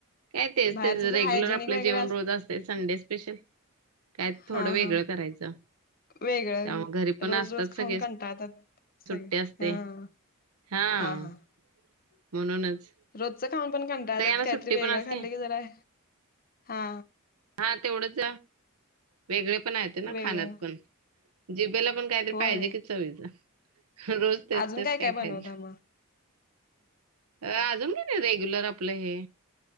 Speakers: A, on the right (about 80°); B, on the left (about 40°).
A: काय तेच
B: बाहेरच
A: तेच रेग्युलर
B: हायजेनिक
A: आपलं
B: वगैरे
A: जेवण रोज असते, संडे स्पेशल. काय थोडं
B: हा
A: वेगळं
B: हा
A: करायचं.
B: वेगळं
A: त्यामुळे घरी पण
B: रोज
A: असतात
B: रोज खाऊन
A: सगळे
B: कंटाळतात. सगळी.
A: सुट्टी असते.
B: हं
A: हां,
B: हा हा.
A: म्हणूनच
B: रोजचं खाऊन पण कंटाळतात.
A: सगळ्यांना
B: काहीतरी
A: सुट्टी
B: वेगळं
A: पण असते.
B: खाल्लं की जरा हा
A: हा तेवढंच वेगळे पणा येतं ना
B: वेगळं
A: खाण्यात पण जिभेला पण काहीतरी
B: होय
A: पाहिजे की चवीचं रोज तेच
B: अजून
A: तेच
B: काय काय बनवता
A: खायचं.
B: मग?
A: अं अजून काय नाही रेग्युलर आपलं हे